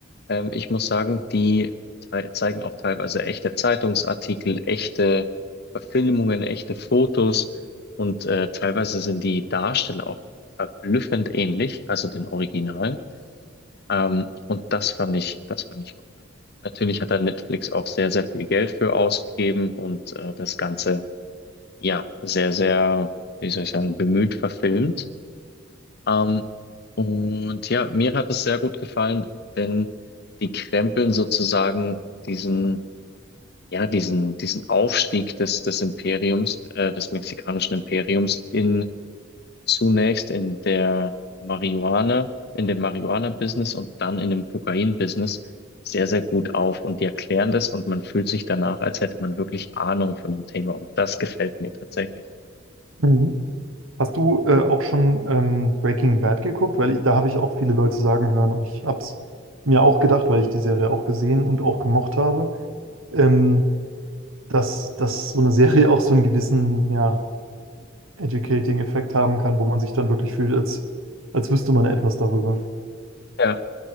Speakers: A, on the left; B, on the right.
A: ähm, ich muss sagen, die zei- zeigen auch teilweise echte Zeitungsartikel, echte Verfilmungen, echte Fotos und äh, teilweise sind die Darsteller auch verblüffend ähnlich, also den Originalen. Ähm, und das fand ich, das fand ich cool. Natürlich hat da Netflix auch sehr, sehr viel Geld für ausgegeben und äh, das Ganze ja sehr, sehr, wie soll ich sagen, bemüht verfilmt. Ähm, und ja, mir hat es sehr gut gefallen, denn die krempeln sozusagen diesen, ja, diesen, diesen Aufstieg des, des Imperiums, äh, des mexikanischen Imperiums in zunächst in der Marihuana, in dem Marihuana-Business und dann in dem Kokain-Business sehr, sehr gut auf. Und die erklären das und man fühlt sich danach, als hätte man wirklich Ahnung von dem Thema. Und das gefällt mir tatsächlich.
B: Mhm. Hast du äh, auch schon ähm, Breaking Bad geguckt? Weil ich, da habe ich auch viele Leute sagen hören und ich habe es mir auch gedacht, weil ich die Serie auch gesehen und auch gemocht habe, ähm, dass, dass so eine Serie <laughs> auch so einen gewissen, ja, Educating-Effekt haben kann, wo man sich dann wirklich fühlt, als, als wüsste man etwas darüber.
A: Ja,